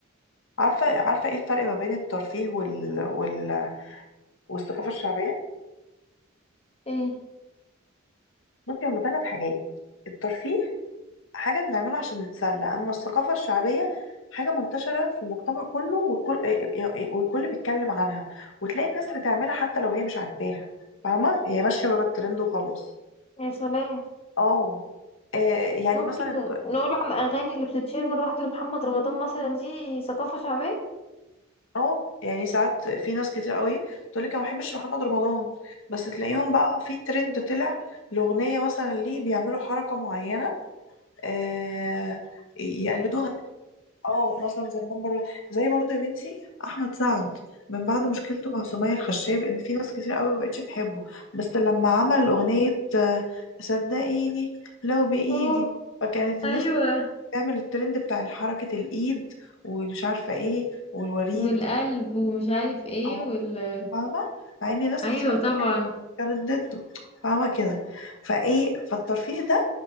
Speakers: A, on the left (about 65°); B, on the left (about 30°).
A: عارفه عارفه ايه الفرق ما بين الترفيه وال... وال... والثقافه الشعبيه
B: ايه
A: ممكن هما ثلاث حاجات الترفيه حاجه بنعملها عشان نتسلى اما الثقافه الشعبيه حاجه منتشره في المجتمع كله والكل والكل بيتكلم عنها وتلاقي الناس بتعملها حتى لو هي مش عاجباها فاهمه هي ماشيه ورا الترند وخلاص
B: يا سلام
A: اه آه، يعني
B: ممكن
A: مثلا الت...
B: نقول على الاغاني اللي بتتشير مره واحده لمحمد رمضان مثلا دي ثقافه شعبيه
A: اه يعني ساعات في ناس كتير قوي تقول لك انا ما بحبش محمد رمضان بس تلاقيهم بقى في ترند طلع الاغنيه مثلا ليه بيعملوا حركه معينه آه يقلدوها اه مثلا زي نمبر زي برضه يا بنتي احمد سعد من بعد مشكلته مع سمية الخشاب ان في ناس كتير قوي ما بقتش تحبه بس لما عمل اغنيه آه، صدقيني لو بايدي
B: اه
A: فكانت الناس
B: ايوه
A: بتعمل الترند بتاع حركه الايد ومش عارفه ايه والوريد
B: والقلب ومش عارف ايه
A: اه
B: وال
A: فاهمة مع ان ناس
B: ايوه
A: كتير
B: طبعا
A: قوي كانت كانت ضده فاهمة كده فايه فالترفيه ده